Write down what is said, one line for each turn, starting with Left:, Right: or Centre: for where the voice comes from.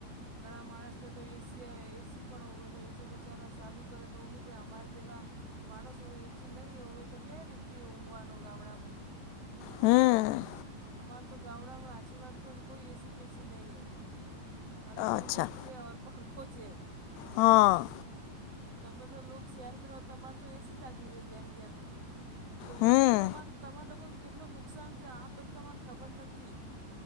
Right: ઘણા માણસ ને તો એ સી એ સી પણ હોય તો એ બચારા ચાલુ કરે નોમી છે અમારે જેવા માણસ હો એચી નહીં હોય તો કેવી રીત ઊંઘવાનું ગામડામા?
Left: હમ્મ.
Right: અમારે તો ગાવડામાં હાચી વાત કેવ કોઈ એ સી પેશી નહીં હૈ. ખાલી કૂલર
Left: અચ્છા
Right: છે અને પંખો છે.
Left: હા.
Right: તમે તો લોકો શેહેર માં રહો, તમારે તો એસી લાગી રહી ઘેર ઘેર તો
Left: હમ
Right: એસી તમારા લોકોને કેટલું નુકસાન છે આ પહેલા તમાને ખબર નથી.